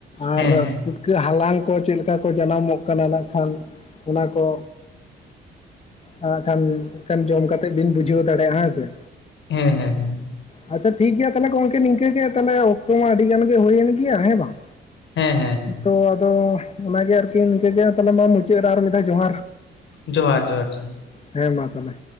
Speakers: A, on the left; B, on the left.
A: ᱟᱨ
B: ᱦᱮᱸ ᱦᱮᱸ
A: ᱯᱩᱴ ᱠᱟᱹᱜ ᱦᱟᱞᱟᱝ ᱠᱚ ᱪᱮᱫ ᱞᱮᱠᱟ ᱠᱚ ᱡᱟᱱᱟᱢᱚᱜ ᱠᱟᱱᱟ ᱱᱟᱜ ᱠᱷᱟᱱ ᱚᱱᱟ ᱠᱚ ᱟᱲᱟᱜ ᱠᱷᱟᱱ ᱮᱱᱠᱷᱟᱱ ᱡᱚᱢ ᱠᱟᱛᱮ ᱵᱤᱱ ᱵᱩᱡᱷᱟᱹᱣ ᱫᱟᱲᱮᱭᱟᱜᱼᱟ ᱦᱮᱸ ᱥᱮ᱾
B: ᱦᱮᱸ ᱦᱮᱸ ᱦᱮᱸ
A: ᱟᱪᱪᱷᱟ ᱴᱷᱤᱠ ᱜᱮᱭᱟ ᱛᱟᱞᱦᱮ ᱜᱚᱢᱠᱮ ᱱᱤᱝᱠᱟᱹ ᱜᱮ ᱛᱟᱞᱦᱮ ᱚᱠᱛᱚ ᱢᱟ ᱟᱹᱰᱤ ᱜᱟᱱ ᱜᱮ ᱦᱩᱭᱮᱱ ᱜᱮᱭᱟ ᱦᱮᱸ ᱵᱟᱝ?
B: ᱦᱮᱸ ᱦᱮᱸ ᱦᱮᱸ
A: ᱛᱚ ᱟᱫᱚ ᱚᱱᱟᱜᱮ ᱟᱨᱠᱤ ᱱᱤᱝᱠᱟᱹᱜᱮ ᱛᱟᱞᱦᱮ ᱢᱟ ᱢᱩᱪᱟᱹᱫ ᱨᱮ ᱟᱨ ᱢᱤᱫ ᱫᱷᱟᱣ ᱡᱚᱦᱟᱨ
B: ᱡᱚᱦᱟᱨ ᱡᱚᱦᱟᱨ ᱡᱚᱦᱟᱨ
A: ᱦᱮᱸ ᱢᱟ ᱛᱟᱦᱚᱞᱮ